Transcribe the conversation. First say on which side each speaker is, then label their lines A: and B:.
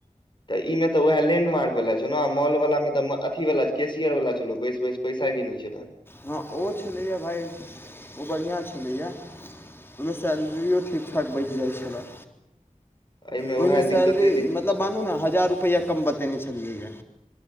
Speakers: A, on the left (about 35°); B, on the left (about 15°).
A: तऽ इ मे तऽएह लैंडमार्क वला छल न आ मॉल वाला मे तऽ अथी वला छै कैशियर वला छलो बैस बैस पैसा गिनै छै ना
B: हँ ओ छलैएा भाइ ओ बढ़िआँ छलैएा ओईमे सैलरिओ ठीक ठाक बैच जाइ छलय
A: एहिमे
B: ओहिमे
A: उएह
B: सैलरी
A: दिक्कते दिक्कत
B: मतलब
A: छै
B: मानू न हजार रुपैआ कम बतेने छलियैए